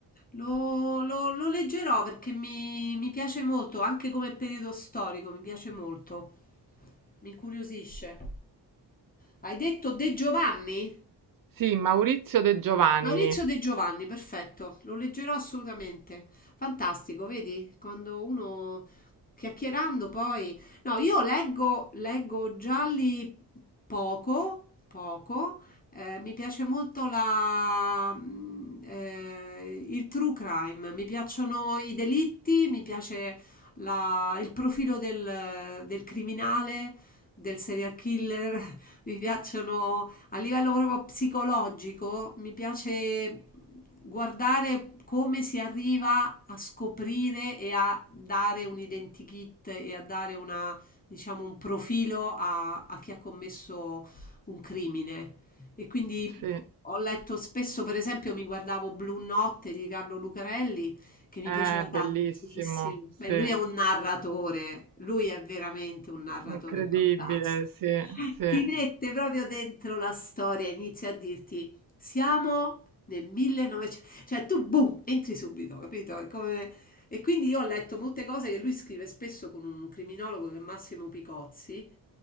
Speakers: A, on the left; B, on the right.
A: Lo, lo- lo leggerò perché mi, mi piace molto, anche come periodo storico, mi piace molto, mi incuriosisce. Hai detto De Giovanni?
B: Sì, Maurizio De Giovanni,
A: Maurizio De Giovanni, perfetto, lo leggerò assolutamente. Fantastico, vedi? Quando uno chiacchierando poi... No, io leggo, leggo gialli poco, poco. Eh, mi piace molto la, mm, eh, il true crime, mi piacciono i delitti, mi piace la- il profilo del, del criminale, del serial killer, <laughs> mi piacciono a livello proprio psicologico mi piace guardare come si arriva a scoprire e a dare un identikit e a dare una, diciamo, un profilo a, a chi ha commesso un crimine. E quindi
B: sì,
A: ho letto spesso, per esempio, mi guardavo Blu notte di Carlo Lucarelli, che mi
B: è
A: piaceva
B: bellissimo,
A: tantissimo.
B: sì,
A: Beh, lui è un narratore, lui è veramente un narratore
B: incredibile,
A: fantastico.
B: sì, sì,
A: Ti mette proprio dentro la storia, inizia a dirti, siamo nel 1900, cioè tu boom, entri subito, capito? È come- E quindi io ho letto molte cose che lui scrive spesso con un criminologo che è Massimo Picozzi,